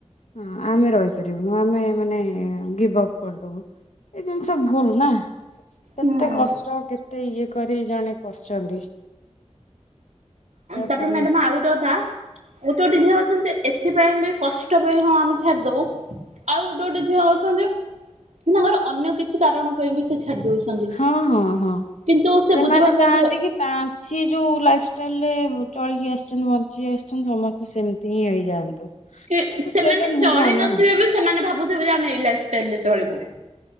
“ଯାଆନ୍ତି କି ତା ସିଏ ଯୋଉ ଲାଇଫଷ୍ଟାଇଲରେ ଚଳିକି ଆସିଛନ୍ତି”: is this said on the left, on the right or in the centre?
Left